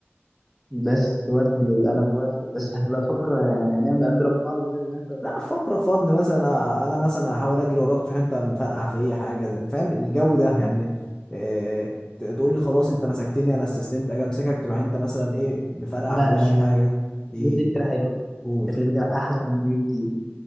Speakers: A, in the centre; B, on the left.
A: بس ودي يبقى انا موافق بس هتبقى فقرة يعني هنعمل هنضرب بعض بقى هناك ولا
B: لا
A: ايه
B: فقره فن مثلا آه، انا مثلا هحاول اجري وراك تروح انت مفرقع فيا حاجه زي... فاهم الجو ده يعني آه، ت- تقول لي خلاص انت مسكتني انا استسلمت اجي امسكك تروح انت مثلا ايه مفرقع
A: لا
B: في وشي
A: لا لا
B: حاجه
A: لا
B: ايه
A: جت لي فكرة حلوة
B: قول
A: جت لي فكرة احلى من دي بكتير